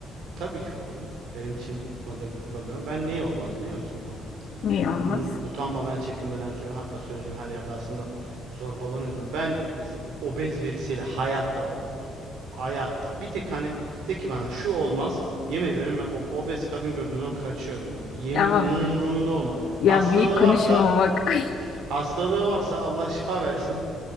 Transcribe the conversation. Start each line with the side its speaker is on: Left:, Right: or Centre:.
Right: tabii ki olurum. Benim için bu konuda bir problem. Ben neye olmaz biliyor musun? Bak
Left: Niye
Right: e,
Left: olmaz?
Right: Bunu utanmadan, çekinmeden söylüyorum. Hatta söylediğim her yerde aslında zorbalanıyordum. Ben mesela obez birisiyle hayatta bak bak hayatta bir tek hani de ki bana şu olmaz. Yemin ederim ben ob- obez kadın gördüğüm zaman kaçıyorum bak. Yemin
Left: Ama
Right: umurumda olma.
Left: ya
Right: Hastalığı
Left: büyük konuşma
Right: varsa,
Left: bak. <laughs>
Right: hastalığı varsa Allah şifa versin.